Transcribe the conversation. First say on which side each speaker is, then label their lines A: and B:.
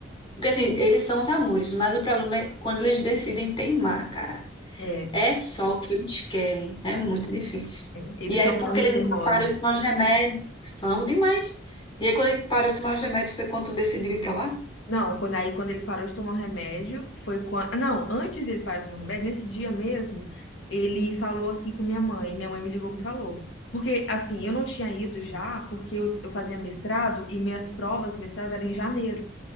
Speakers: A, on the left; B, on the left.
A: porque assim, eles são os amores, mas o problema é quando eles decidem teimar, cara.
B: É,
A: É só o que eles querem, é muito difícil.
B: eles
A: E aí,
B: são
A: porque
B: muito
A: ele
B: teimosos.
A: parou de tomar os remédios, falamos demais. E aí, quando ele parou de tomar os remédios, foi quando tu decidiu ir pra lá?
B: Não, quando aí quando ele parou de tomar o remédio, foi quando. Não, antes dele parar de tomar o remédio, nesse dia mesmo, ele falou assim com minha mãe. Minha mãe me ligou e me falou. Porque, assim, eu não tinha ido já, porque eu, eu fazia mestrado e minhas provas do mestrado eram em janeiro.